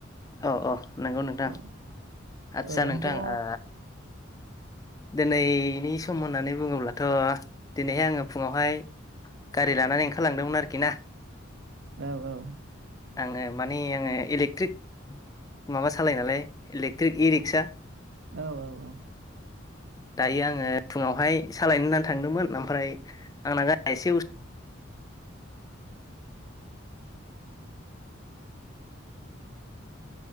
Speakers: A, on the left (about 20°); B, on the right (about 65°).
A: औ औ नंगौ नोंथां
B: औ
A: आदसा
B: ओरैनोथ'
A: नोंथां आ दिनैनि सम होननानै बुङोब्लाथ' दिनैहाय आङो फुङावहाय गारि लानानै ओंखारलांदोंमोन आरोखि ना।
B: औ औ
A: आङो माने आङो इलेक्ट्रिक माबा सालाय नालाय इलेक्ट्रिक इ रिक्सा
B: औ औ औ
A: दायो आङो फुङावहाय सालायनो होननानै थांदोंमोन ओमफ्राय आंना गारिआ एसे उस